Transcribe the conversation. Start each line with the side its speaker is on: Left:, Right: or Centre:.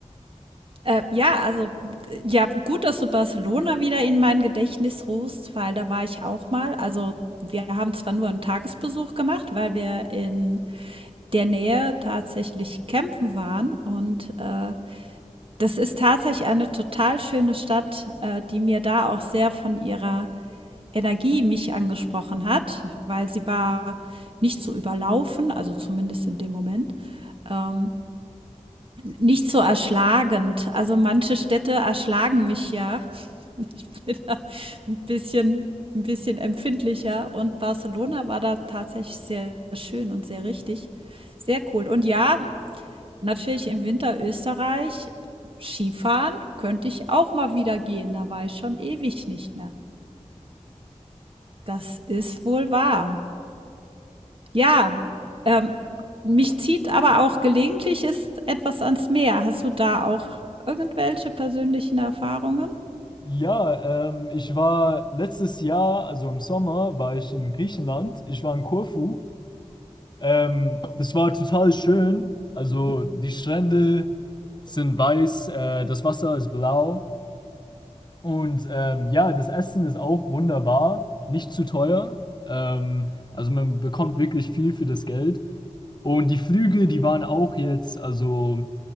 Right: Äh, ja, also, d ja, gut, dass du Barcelona wieder in mein Gedächtnis rufst, weil da war ich auch mal. Also, wir haben zwar nur einen Tagesbesuch gemacht, weil wir in der Nähe tatsächlich campen waren und, äh, Das ist tatsächlich eine total schöne Stadt, äh, die mir da auch sehr von ihrer Energie mich angesprochen hat, weil sie war nicht so überlaufen, also zumindest in dem Moment, ähm, nicht so erschlagend. Also manche Städte erschlagen mich ja <laughs> mit ein bisschen, ein bisschen empfindlicher und Barcelona war da tatsächlich sehr schön und sehr richtig. Sehr cool. Und ja, Natürlich im Winter Österreich Skifahren könnte ich auch mal wieder gehen, da war ich schon ewig nicht mehr. Das ist wohl wahr. Ja, ähm, mich zieht aber auch gelegentlich ist etwas ans Meer. Hast du da auch irgendwelche persönlichen Erfahrungen?
Left: Ja, ähm, ich war letztes Jahr, also im Sommer, war ich in Griechenland. Ich war in Korfu. Ähm, das war total schön. Also die Strände sind weiß, äh, das Wasser ist blau. Und ähm, ja, das Essen ist auch wunderbar, nicht zu teuer. Ähm, also man bekommt wirklich viel für das Geld. Und die Flüge, die waren auch jetzt, also